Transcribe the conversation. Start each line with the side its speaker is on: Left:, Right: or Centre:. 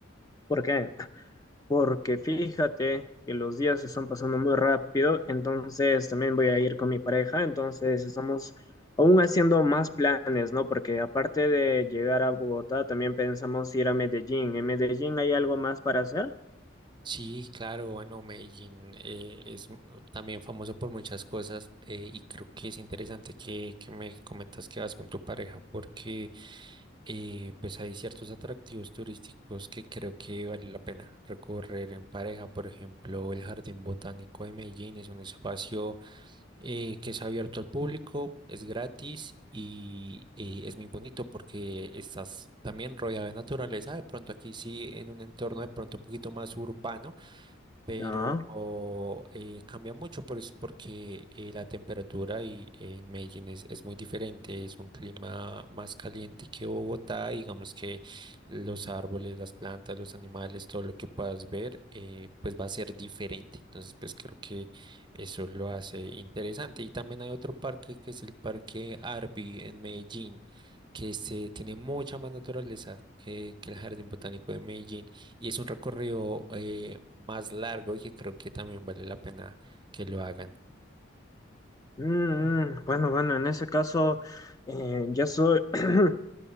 Left: ¿Por qué? porque fíjate que los días se están pasando muy rápido, entonces también voy a ir con mi pareja, entonces estamos aún haciendo más planes, ¿no? Porque aparte de llegar a Bogotá, también pensamos ir a Medellín. ¿En Medellín hay algo más para hacer?
Right: Sí, claro, bueno, Medellín eh, es mm, también famoso por muchas cosas eh, y creo que es interesante que, que me comentas que vas con tu pareja porque Y pues hay ciertos atractivos turísticos que creo que vale la pena recorrer en pareja. Por ejemplo, el Jardín Botánico de Medellín es un espacio eh, que es abierto al público, es gratis y eh, es muy bonito porque estás también rodeado de naturaleza. De pronto aquí sí, en un entorno de pronto un poquito más urbano pero
Left: No.
Right: oh, eh, cambia mucho pues, porque eh, la temperatura y, eh, en Medellín es, es muy diferente, es un clima más caliente que Bogotá, y digamos que los árboles, las plantas, los animales, todo lo que puedas ver, eh, pues va a ser diferente. Entonces, pues creo que eso lo hace interesante. Y también hay otro parque que es el Parque Arby en Medellín, que se tiene mucha más naturaleza que, que el Jardín Botánico de Medellín. Y es un recorrido eh, más largo y que creo que también vale la pena que lo hagan.
Left: Mm, mm, bueno, bueno, en ese caso, eh, ya soy, <clears throat>